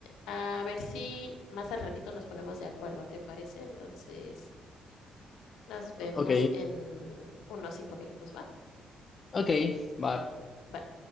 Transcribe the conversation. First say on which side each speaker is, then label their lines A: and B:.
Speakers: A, on the left (about 90°); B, on the left (about 40°).
A: a ver si más al ratito nos ponemos de acuerdo, ¿te parece? Entonces, nos vemos
B: Ok,
A: en unos cinco minutos, ¿va?
B: ok, va.
A: Va.